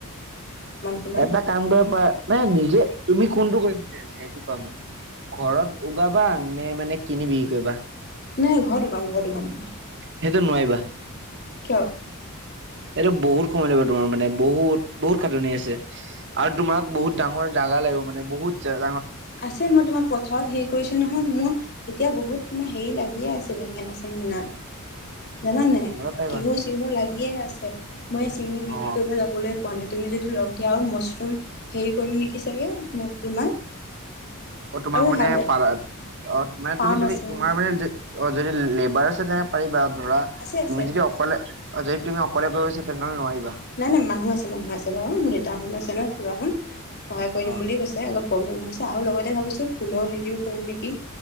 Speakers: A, on the left (about 50°); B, on the right (about 55°).
A: সমান
B: এটা কাম কৰিব পৰা মে নিজে তুমি কোনটো কৰিম বিচাৰিছে সেইটো কোৱা মোক। ঘৰত উগাবা নে মানে কিনি বিকি কৰিবা।
A: নাই ঘৰট ওগাম ঘৰট ওগাম।
B: সেইটো নোৱাৰিবা
A: কিয়
B: এটো বহুত সময় লাগিব, তোমাৰ মানে বহুত বহুত সাটনি আছে আৰু তোমাক বহুত ডাঙৰ জাগা লাগিব মানে বহুত জ
A: আছে মই তোমাৰ পথাৰত হেৰি কৰিছো নহয় মোৰ এতিয়া বহুত তোমাৰ হেৰি লাগিয়ে আছে বেঙেনা চেঙেনা জানানে
B: নোৱাৰা পাৰিবা
A: কিহু চিহু লাগিয়ে আছে মই চিঙি বিক্ৰী
B: অ
A: কৰিব যাবলৈ পোৱা নাই তুমি যদি লগ দিয়া আৰু মছৰুম হেৰি কৰিম নেকি চাগে তোমাৰ
B: অ' তোমাৰ
A: আৰু
B: মানে
A: আৰু
B: ফাদা অ' মানে
A: ফাৰ্ম
B: তুমি তুমি
A: আছে
B: তোমাৰ
A: মোৰ
B: মানে অ' যদি লেবাৰ আছে তেনে পাৰিবা ধৰা
A: আছে আছে
B: তুমি যদি অকলে অ' যদি তুমি অকলে কৰিব বিচাৰিছা তেনেহ'লে নোৱাৰিবা
A: নাই নাই মানুহ আছে মানুহ আছে বাৰু মোৰ দেউতা শুন আছে ন খুৰা শুন সহায় কৰি
B: অ
A: দিম বুলিয় কৈছে, অলপ প্ৰব্লেম আ হৈছে আৰু লগতে ভাবিছোঁ ফুলৰ হেৰিও কও নেকি